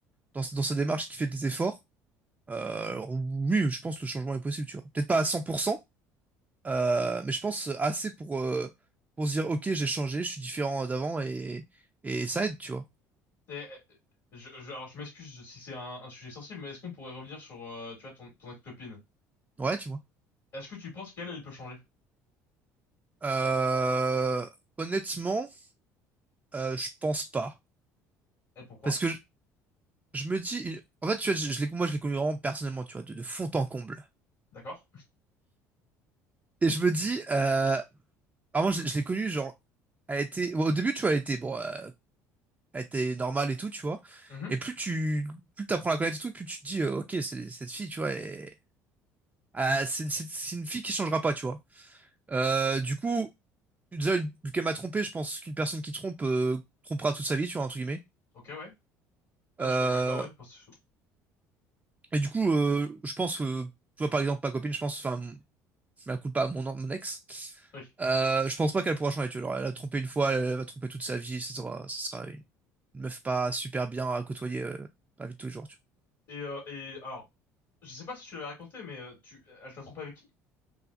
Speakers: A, on the right; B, on the left.
A: dans, dans sa démarche, qui fait des efforts Euh, oui, je pense que le changement est possible, tu vois. Peut-être pas à 100%, euh, mais je pense assez pour, euh, pour se dire, ok, j'ai changé, je suis différent d'avant et, et ça aide, tu vois.
B: Et, euh, je, je- alors, je m'excuse si c'est un, un sujet sensible, mais est-ce qu'on pourrait revenir sur, euh, tu vois, ton, ton ex-copine?
A: Ouais, tu vois.
B: Est-ce que tu penses qu'elle, elle peut changer?
A: Euh, honnêtement, euh, je pense pas.
B: Et pourquoi?
A: Parce que je, je me dis, en fait, tu vois, je, je l'ai- moi, je l'ai connu vraiment personnellement, tu vois, de, de fond en comble.
B: D'accord.
A: Et je me dis, euh, avant, je, l'ai je l'ai connu, genre, elle était, bon, au début, tu vois, elle était, bon, euh, elle était normale et tout, tu vois.
B: Mhm.
A: Et plus tu plus t'apprends à la connaître et tout, plus tu te dis, euh, ok, c'est- cette fille, tu vois, elle- ah, c'est c'est- c'est une fille qui changera pas, tu vois. Euh, du coup, déjà, une- vu qu'elle m'a trompé, je pense qu'une personne qui trompe euh, trompera toute sa vie, tu vois, entre guillemets.
B: Ok, ouais. Là,
A: Euh,
B: je suis d'accord avec toi, ouais. parce que- je suis chaud.
A: et du coup, euh, je pense, euh, tu vois, par exemple, ma copine, je pense, enfin, je la culpe pas à mon, mon ex.
B: Oui.
A: Euh, je pense pas qu'elle pourra changer, tu vois. Genre, elle a trompé une fois, elle va tromper toute sa vie, ça sera, ça sera une, une meuf pas super bien à côtoyer euh, dans la vie de tous les jours, tu vois.
B: Et, euh, et alors, je sais pas si tu l'avais raconté, mais euh, tu, elle t'a trompé avec qui?